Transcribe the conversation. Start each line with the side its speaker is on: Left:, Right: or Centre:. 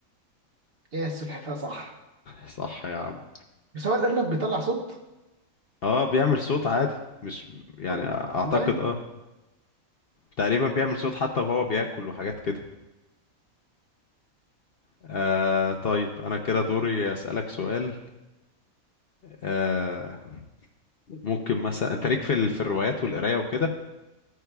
Right: يا السلحفاة صح
Left: صح يا عم
Right: بس هو الارنب بيطلع صوت
Left: اه بيعمل صوت عادي مش يعني
Right: وال-
Left: أعتقد
Right: والله
Left: اه تقريبا بيعمل صوت حتى وهو بياكل وحاجات كده آه طيب انا كده دوري اسالك سؤال آه ممكن مثلا انت ليك في ال... في الروايات والقرايه وكده